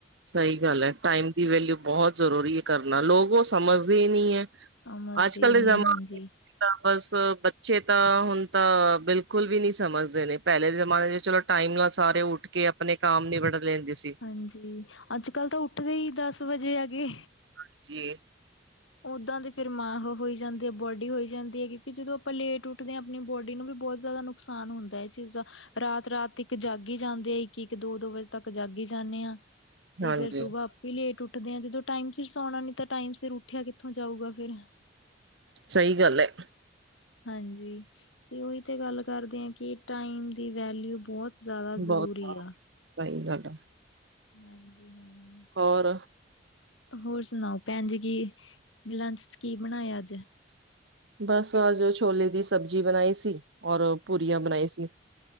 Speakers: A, on the right (about 70°); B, on the left (about 80°).
A: ਸਹੀ ਗੱਲ ਹੈ, ਟਾਈਮ ਦੀ ਵੈਲਿਊ ਬਹੁਤ ਜ਼ਰੂਰੀ ਹੈ ਕਰਨਾ, ਲੋਕ ਉਹ ਸਮਝਦੇ ਹੀ ਨਹੀਂ ਹੈ।
B: ਸਮਝਦੇ
A: ਅੱਜ
B: ਹੀ
A: ਕਲ ਦੇ
B: ਨਹੀਂ
A: ਜ਼ਮਾਨੇ।
B: ਹਾਂਜੀ।
A: ਤਾਂ ਬਸ, ਬੱਚੇ ਤਾਂ ਹੁਣ ਤਾਂ ਬਿਲਕੁਲ ਵੀ ਨਹੀਂ ਸਮਝਦੇ ਨੇ। ਪਹਿਲੇ ਦੇ ਜਮਾਨੇ 'ਚ, ਚਲੋ ਟਾਈਮ ਨਾਲ ਸਾਰੇ ਉੱਠ ਕੇ ਆਪਣੇ ਕੰਮ ਨਿਬੇੜ ਲੈਂਦੇ ਸੀ।
B: ਹਾਂਜੀ, ਅੱਜ- ਕੱਲ ਤਾਂ ਉੱਠਦੇ ਹੀ ਦਸ ਵਜੇ ਹੈਗੇ।
A: ਹਾਂਜੀ।
B: ਉਦਾਂ ਦੇ ਫਿਰ ਮਾਂ ਹੋਈ ਜਾਂਦੀ ਆ ਬੋਡੀ ਹੋਈ ਜਾਂਦੀ ਹੈ ਕਿਉਂਕਿ ਜਦੋਂ ਆਪਾਂ ਲੇਟ ਉੱਠਦੇ ਹਾਂ ਆਪਣੀ ਬੋਡੀ ਨੂੰ ਵੀ ਬਹੁਤ ਜ਼ਿਆਦਾ ਨੁਕਸਾਨ ਹੁੰਦਾ ਹੈ। ਚੀਜ਼ਾਂ, ਰਾਤ -ਰਾਤ, ਇੱਕ ਜਾਗੀ ਜਾਂਦੇ ਆ, ਇੱਕ- ਇੱਕ, ਦੋ- ਦੋ, ਵਜੇ ਤੱਕ ਜਾਗੀ ਜਾਂਦੇ ਹਾਂ। ਤੇ
A: ਹਾਂਜੀ
B: ਫਿਰ ਸੁਬਾ ਆਪੇ ਹੀ ਲੇਟ ਉੱਠਦੇ ਆਂ, ਜਦੋਂ ਟਾਈਮ ਸਿਰ ਸੌਣਾ ਨੀ, ਤਾਂ ਟਾਈਮ ਸਿਰ ਉੱਠਿਆ ਕਿੱਥੋਂ ਜਾਊਗਾ ਫਿਰ।
A: ਸਹੀ ਗੱਲ ਹੈ।
B: ਹਾਂਜੀ, ਤੇ ਉਹੀ ਤੇ ਗੱਲ ਕਰਦੇ ਆ ਕਿ ਟਾਈਮ ਦੀ ਵੈਲਿਊ ਬਹੁਤ ਜ਼ਿਆਦਾ
A: ਬਹੁਤ
B: ਜ਼ਰੂਰੀ ਆ
A: ਸਹੀ ਗੱਲ ਆ
B: ਹਾਂਜੀ, ਹਾਂ
A: ਹੋਰ
B: ਹੋਰ ਸੁਣਾਓ ਭੈਣ ਜੀ ਕੀ, ਲੰਚ 'ਚ ਕੀ ਬਣਾਇਆ ਅੱਜ
A: ਬਸ ਅੱਜ ਛੋਲੇ ਦੀ ਸਬਜ਼ੀ ਬਣਾਈ ਸੀ, ਔਰ ਪੂਰੀਆਂ ਬਣਾਈ ਸੀ